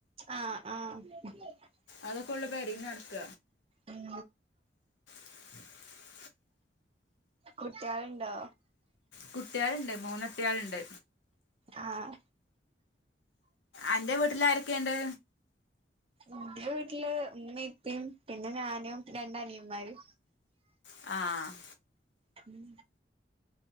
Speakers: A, on the right; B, on the left.
A: ആഹ് <unintelligible>
B: അതൊക്കെ ഉള്ള പേരീന്ന് നടക
A: ഉം
B: <inaudible>
A: കുട്ടിളോണ്ടോ
B: കുട്ടിയികളുണ്ട് മൂന്ന്‌ കുട്ടിയാളുണ്ട്
A: ആഹ
B: അന്റെ വീട്ടിൽ ആരൊക്കെയുണ്ട്
A: എന്റെ വീട്ടില് ഉമ്മ ഇപ്പിപിന്നെ ഞാനും രണ്ട് അനിയൻ
B: ആ ആ
A: രും